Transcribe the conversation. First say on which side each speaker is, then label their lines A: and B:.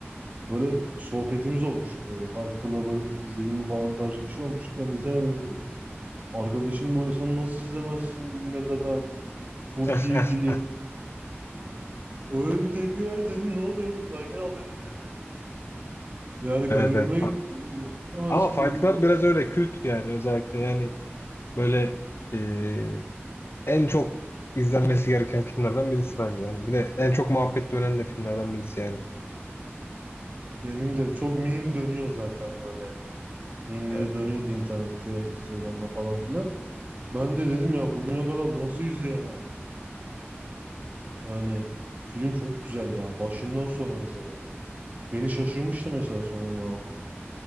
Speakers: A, on the right; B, on the left.
A: Böyle sohbetimiz olmuştu böyle. Fight Club'ı izledim mi falan tarzı bir şey olmuştu. Ben izlemedim dedi. Arkadaşım böyle sen nasıl izlemezsin bugüne kadar? Çok
B: <laughs>
A: iyi film. Öyle bir tepki verdi dedim ne oluyor oğlum sakin ol dedim yani. Yani
B: Evet
A: garibime
B: evet.
A: gitti. Nasıl izlemezsin
B: Ama Fight
A: dedi.
B: Club biraz öyle kült yani özellikle yani böyle e, en çok izlenmesi gereken filmlerden birisi bence yani. Bir de en çok muhabbet dönen de filmlerden birisi yani.
A: Benim de çok meme dönüyor zaten böyle. Mimleri
B: Evet.
A: dönüyordu internette, Instagram'da falan filan. Ben de dedim ya bugüne kadar nasıl izleyemem? Yani film çok güzel ya. Başından sonra mesela. Beni şaşırmıştı mesela sonuna. doğru.